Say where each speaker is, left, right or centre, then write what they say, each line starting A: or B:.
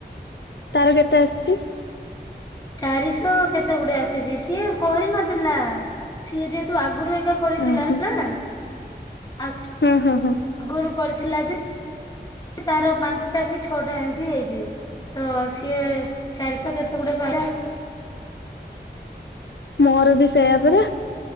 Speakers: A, on the left; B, on the left.
A: ତାର କେତେ ଆସିଚି?
B: ଚାରିଶହ କେତେ ଗୁଟେ ଆସିଛି ସିଏ କରିନଥିଲା ସିଏ ଯେହେତୁ ଆ ଆଗରୁ ଏଇଟା କରିଥିଲା
A: ଓହୋ
B: ନା ଆଗରୁ
A: ହଁ ହଁ ହଁ
B: କରି ଥିଲା ଯେ ତାର ପାଞ୍ଚଟା କି ଛଅଟା ଏମିତି ହେଇଛିି ତ ସିଏ ଚାରିଶହ କେତେ ଗୁଟେ ପାରା।
A: ମୋର ବି ସେୟା ପରା